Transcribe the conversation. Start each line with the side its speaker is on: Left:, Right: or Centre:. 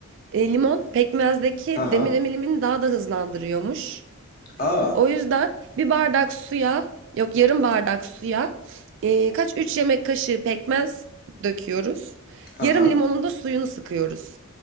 Right: E, limon pekmezdeki
Left: Haha.
Right: demir emilimini daha da hızlandırıyormuş.
Left: Aa.
Right: O yüzden bir bardak suya, yok yarım bardak suya e, kaç 3 yemek kaşığı pekmez döküyoruz.
Left: Haha.
Right: Yarım limonun da suyunu sıkıyoruz.